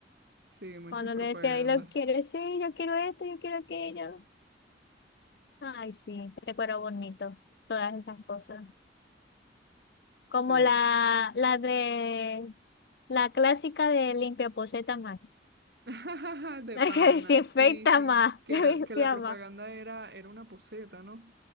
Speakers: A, on the right; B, on the left.
A: sí, muchas
B: Cuando
A: propagandas.
B: le decía, ¿y lo quieres? Sí, yo quiero esto, yo quiero aquello. Ay, sí, se recuerda bonito, todas esas cosas. Como
A: Sí.
B: la, la de la clásica de limpiaposeta más.
A: <laughs> De
B: La
A: pana,
B: que <laughs> desinfecta
A: sí, sí,
B: más,
A: que,
B: <laughs> limpia
A: era, que la propaganda
B: más.
A: era, era una poseta, ¿no?